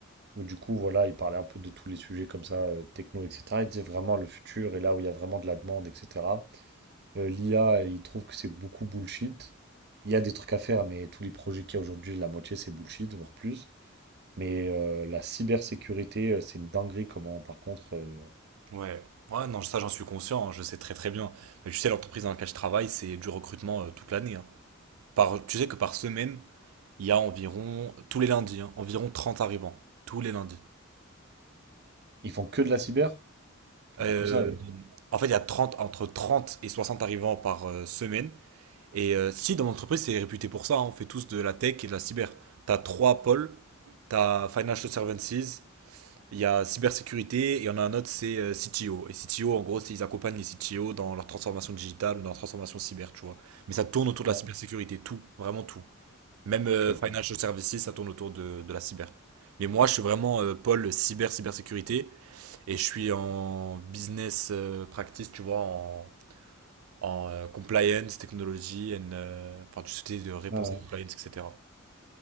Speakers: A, on the right (about 50°); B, on the right (about 80°).
A: où du coup, voilà, il parlait un peu de tous les sujets comme ça, euh, techno, etc. Il disait vraiment le futur et là où il y a vraiment de la demande, etc. Euh, l'IA, il trouve que c'est beaucoup bullshit. Il y a des trucs à faire, mais tous les projets qu'il y a aujourd'hui, la moitié, c'est bullshit, voire plus. Mais euh, la cybersécurité, euh, c'est une dinguerie comment, par contre, euh,
B: Ouais. Ouais, non, ça, j'en suis conscient. hein, je sais très très bien. Mais tu sais, l'entreprise dans laquelle je travaille, c'est du recrutement euh, toute l'année. hein. Par, tu sais que par semaine. il y a environ, tous les lundis, hein, environ 30 arrivants. Tous les lundis.
A: ils font que de la cyber? Ils font
B: Euh,
A: pas que ça, eux.
B: en fait, il y a 30 entre 30 et 60 arrivants par euh, semaine. Et euh, si dans l'entreprise, c'est réputé pour ça, hein, on fait tous de la tech et de la cyber. T'as trois pôles, t'as Financial Services, il y a cybersécurité, et il y en a un autre, c'est euh, CTO. Et CTO, en gros, c'est ils accompagnent les CTO dans leur transformation digitale ou dans leur transformation cyber, tu vois. Mais ça tourne autour de
A: Ah,
B: la
A: ok,
B: cybersécurité, tout, vraiment tout. Même euh,
A: ok.
B: Financial Services, ça tourne autour de, de la cyber. Mais moi, je suis vraiment euh, pôle cyber, cybersécurité, et je suis en business euh, practice, tu vois, en, en, euh, compliance, technology, and, euh, enfin, tout ce qui est de réponse
A: ah ouais.
B: à compliance, etc.